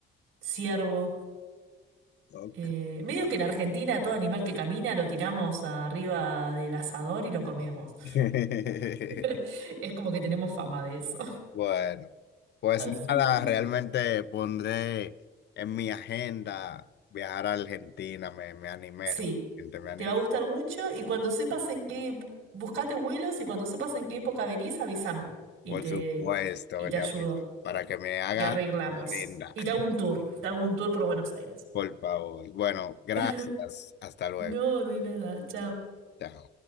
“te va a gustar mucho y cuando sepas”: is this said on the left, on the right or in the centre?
Right